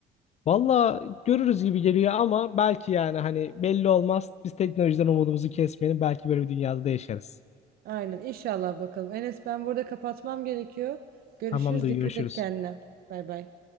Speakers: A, on the left (about 40°); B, on the right (about 65°).
A: Vallahi görürüz gibi geliyor ama belki yani hani belli olmaz. Biz teknolojiden umudumuzu kesmeyelim. Belki böyle bir dünyada da yaşarız.
B: Aynen inşallah bakalım. Enes ben burada kapatmam gerekiyor. Görüşürüz.
A: Tamamdır,
B: Dikkat
A: görüşürüz.
B: et kendine. Bay bay.